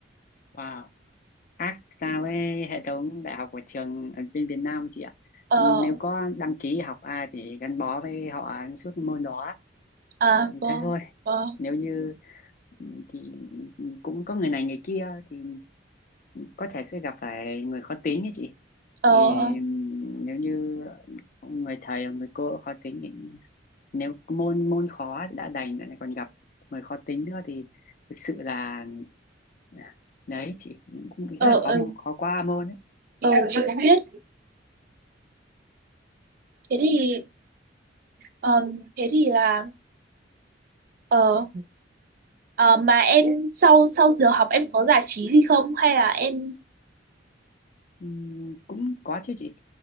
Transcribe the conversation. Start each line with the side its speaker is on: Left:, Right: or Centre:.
Left: wow ác sao với hệ thống đại học của trường ở bên Việt Nam chị ạ
Right: ờ
Left: nếu có đăng ký học ai thì gắn bó với họ suốt môn đó
Right: à vâng
Left: thế thôi
Right: vâng
Left: nếu như ừ, thì cũng có người này người kia thì có thể sẽ gặp phải người khó tính ấy chị
Right: ờ
Left: thì
Right: ờ
Left: ừ, nếu như người thầy hoặc người cô khó tính thì nếu môn môn khó đã đành lại còn gặp người khó tính nữa thì thực sự là ừ, đấy chị cũng
Right: ờ
Left: rất là khó
Right: ờ,
Left: khó qua môn ấy
Right: ờ, chị cũng biết thế thì ờ, thế thì là ờ Ờ, mà em sau sau giờ học em có giải trí gì không hay là em
Left: Ừm, cũng có chứ chị